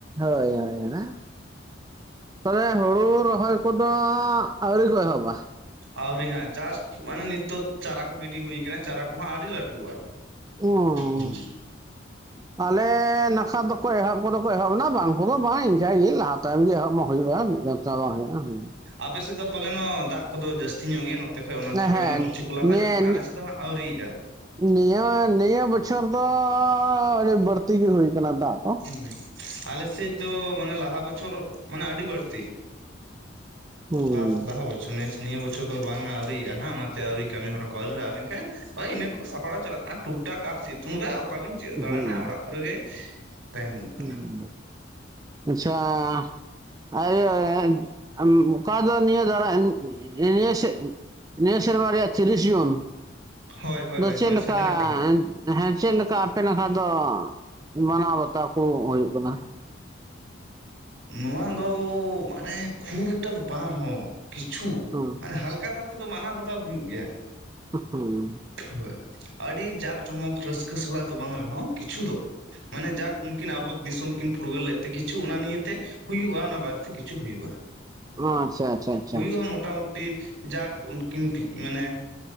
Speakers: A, on the right; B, on the right.
A: <unintelligible> ᱛᱚᱵᱮ ᱦᱳᱲᱳ ᱨᱚᱦᱚᱭ ᱠᱚᱫᱚ ᱟᱹᱣᱨᱤ ᱠᱚ ᱮᱦᱚᱵᱟ
B: ᱟᱹᱣᱨᱤ ᱦᱟᱸᱜ ᱡᱟᱥᱟᱴ ᱢᱟᱱᱮ ᱱᱤᱛᱚᱛ ᱪᱟᱨᱟ ᱠᱚ ᱜᱤᱰᱤ ᱦᱩᱭᱠᱟᱱᱟ ᱪᱟᱨᱟ ᱠᱚ ᱦᱚ ᱟᱣᱨᱤ ᱞᱟᱹᱴᱩᱜᱼᱟ
A: <unintelligible>
B: ᱦᱩᱸ
A: ᱟᱞᱮ ᱱᱟᱠᱷᱟ ᱫᱚᱠᱚ ᱮᱦᱚᱵ ᱠᱚᱫᱚ ᱠᱚ ᱮᱦᱚᱵ ᱮᱱᱟ ᱵᱟᱝ ᱠᱚᱫᱚ ᱵᱟᱝ ᱤᱝᱠᱟᱹ ᱜᱤ ᱞᱟᱦᱟ ᱛᱟᱭᱚᱢ ᱜᱮ ᱮᱦᱚᱵ ᱢᱚ ᱾ ᱦᱩᱭᱩᱜᱼᱟ ᱢᱤᱫ ᱫᱷᱟᱣ ᱪᱟᱵᱟ ᱦᱩᱭᱩᱜᱼᱟ ᱦᱮᱸ
B: ᱟᱯᱮᱥᱮᱫ ᱫᱚ ᱯᱟᱞᱮᱱᱚ ᱫᱟᱜ ᱠᱚᱫᱚ ᱡᱟᱹᱥᱛᱤ ᱧᱚᱜ ᱜᱮᱭᱟ ᱱᱚᱝᱠᱟ ᱛᱮᱠᱷᱚᱡ ᱚᱱᱟᱛᱮ ᱯᱟᱞᱮ
A: ᱦᱮᱸ
B: ᱱᱚᱛᱮ ᱪᱩᱠᱞᱟᱦᱟ
A: ᱱᱤᱭᱟᱹ
B: ᱧᱚᱜ ᱠᱟᱱᱟ ᱟᱞᱮ ᱥᱮᱫ ᱫᱚ ᱦᱟᱸᱜ ᱟᱹᱣᱨᱤᱭᱟᱜ ᱟ
A: ᱱᱤᱭᱟᱹ ᱱᱤᱭᱟᱹ ᱵᱚᱪᱷᱚᱨ ᱫᱚ ᱟᱹᱰᱤ ᱵᱟᱹᱲᱛᱤᱜ ᱜᱮ ᱦᱩᱭ ᱟᱠᱟᱱᱟ ᱫᱟᱜ ᱫᱚ
B: ᱦᱮᱸ ᱟᱞᱮ ᱥᱮᱫ ᱫᱚ ᱢᱟᱱᱮ ᱞᱟᱦᱟ ᱵᱚᱪᱷᱚᱨ ᱢᱟᱱᱮ ᱟᱹᱰᱤ ᱵᱟᱹᱲᱛᱤ
A: ᱦᱩᱸ
B: ᱞᱟ ᱞᱟᱦᱟ ᱵᱚ ᱱᱮᱥ ᱱᱤᱭᱟᱹ ᱵᱚᱪᱷᱚᱨ ᱫᱚ ᱵᱟᱝ ᱟ ᱟᱹᱣᱨᱤᱜᱼᱟ ᱦᱟᱜ ᱚᱱᱟᱛᱮ ᱟᱹᱣᱨᱤ ᱠᱟᱹᱢᱤ ᱦᱚᱨᱟ ᱠᱚ ᱟᱹᱣᱨᱤ ᱞᱟᱜᱼᱟ ᱢᱮᱱᱠᱷᱟᱱ ᱦᱳᱭ ᱤᱱᱟᱹ ᱥᱟᱯᱲᱟᱣ ᱪᱟᱞᱟᱜ ᱠᱟᱱᱟ ᱴᱩᱠ ᱴᱟᱠ ᱟᱨ ᱥᱤᱛᱩᱝ ᱨᱮ ᱚᱠᱟ ᱵᱤᱱ ᱪᱮᱫ
A: ᱦᱩᱸ
B: ᱫᱟᱲᱟᱬᱟᱱᱟ ᱚᱲᱟᱜ ᱠᱚᱨᱮ ᱜᱮ ᱛᱟᱦᱮᱱ ᱦᱩᱭᱩᱜ
A: ᱦᱩᱸ
B: ᱠᱟᱱᱟ
A: ᱟᱪᱪᱷᱟ ᱟ ᱚᱠᱟ ᱫᱚ ᱱᱤᱭᱟᱹ ᱫᱟᱨᱟ ᱱᱤᱭᱟᱹ ᱥᱮᱡ ᱱᱤᱭᱟᱹ ᱥᱮᱨᱢᱟ ᱨᱮᱭᱟᱜ ᱛᱤᱨᱤᱥ ᱡᱩᱱ
B: ᱦᱳᱭ ᱦᱳᱭ
A: ᱫᱚ ᱪᱮᱫᱞᱮᱠᱟ
B: ᱦᱳᱭ ᱥᱮᱴᱮᱨ ᱟᱠᱟᱱᱟ
A: ᱦᱮᱸ ᱪᱮᱫ ᱞᱮᱠᱟ ᱟᱯᱮ ᱱᱟᱠᱷᱟ ᱫᱚ ᱢᱟᱱᱟᱣ ᱵᱟᱛᱟᱣ ᱠᱚ ᱦᱩᱭᱩᱜ ᱠᱟᱱᱟ
B: ᱱᱚᱣᱟ ᱫᱚ ᱢᱟᱱᱮ ᱠᱷᱩᱵ ᱮᱠᱴᱟ ᱫᱚ ᱵᱟᱝ ᱨᱮᱦᱚᱸ ᱠᱤᱪᱷᱩ
A: ᱦᱩᱸ
B: ᱢᱟᱱᱮ ᱦᱟᱞᱠᱟ ᱫᱷᱟᱨᱮ ᱛᱮᱫᱚ ᱢᱟᱱᱟᱣ ᱵᱟᱛᱟᱣ ᱦᱩᱭᱩᱜ ᱜᱮᱭᱟ᱾
A: ᱦᱩᱸ
B: ᱦᱳᱭ ᱟᱹᱰᱤ ᱡᱟᱠ ᱡᱚᱢᱚᱠ ᱨᱟᱹᱥᱠᱟᱹ ᱥᱟᱞᱟᱜ ᱫᱚ ᱵᱟᱝ ᱨᱮᱦᱚᱸ ᱠᱤᱪᱷᱩ ᱫᱚ ᱢᱟᱱᱮ ᱡᱟᱠ ᱩᱱ ᱩᱱᱠᱤᱱ ᱟᱵᱚ ᱫᱤᱥᱚᱢ ᱠᱤᱱ ᱯᱷᱩᱨᱜᱟᱹᱞ ᱞᱮᱫ ᱛᱮ ᱠᱤᱪᱷᱩ ᱚᱱᱟ ᱱᱤᱭᱮᱛᱮ ᱦᱩᱭᱩᱜᱼᱟ ᱚᱱᱟ ᱵᱟᱨᱮᱛᱮ ᱠᱤᱪᱷᱩ ᱦᱩᱭᱩᱜᱼᱟ
A: ᱚ ᱟᱪᱪᱷᱟ ᱟᱪᱪᱷᱟ ᱟᱪᱷᱟ
B: ᱦᱩᱭᱩᱜᱼᱟ ᱢᱚᱴᱟᱢᱩᱴᱤ ᱡᱟᱠ ᱩᱱᱠᱤᱱ ᱢᱟᱱᱮ